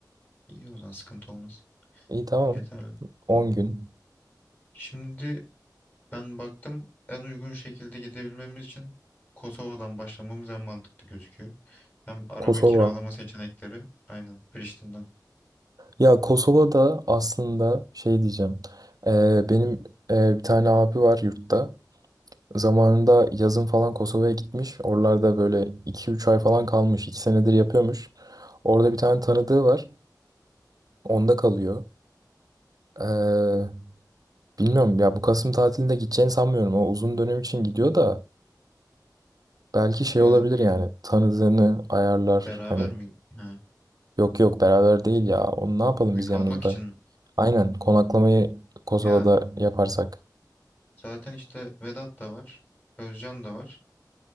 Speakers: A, on the left; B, on the right.
A: İyi o zaman sıkıntı olmaz.
B: İyi tamam.
A: Yeterli.
B: on gün.
A: Şimdi ben baktım en uygun şekilde gidebilmemiz için Kosova'dan başlamamız en mantıklı gözüküyor. Hem araba
B: Kosova.
A: kiralama seçenekleri aynen Priştine'den.
B: Ya Kosova'da aslında şey diyeceğim. Ee, benim e, bir tane abi var yurtta. Zamanında yazın falan Kosova'ya gitmiş. Oralarda böyle iki üç ay falan kalmış. 2 senedir yapıyormuş. Orada bir tane tanıdığı var. Onda kalıyor. Ee, bilmiyorum ya bu Kasım tatilinde gideceğini sanmıyorum. O uzun dönem için gidiyor da belki şey
A: Yani
B: olabilir yani tanıdığını ayarlar.
A: beraber
B: Hani
A: mi? Ha.
B: yok yok beraber değil ya. Onu ne yapalım
A: Ne,
B: biz
A: Kalmak
B: yanımızda?
A: için.
B: Aynen konaklamayı Kosova'da
A: Ya
B: yaparsak.
A: zaten işte Vedat da var. Özcan da var.